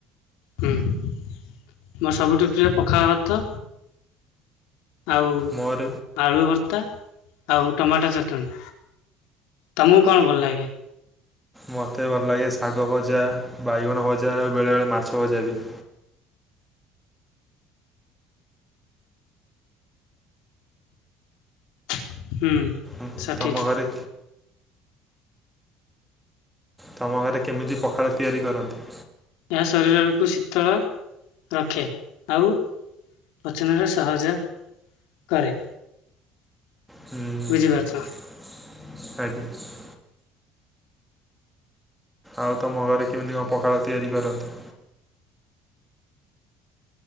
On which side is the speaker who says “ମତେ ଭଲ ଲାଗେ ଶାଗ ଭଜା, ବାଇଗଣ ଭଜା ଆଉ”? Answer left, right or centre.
Centre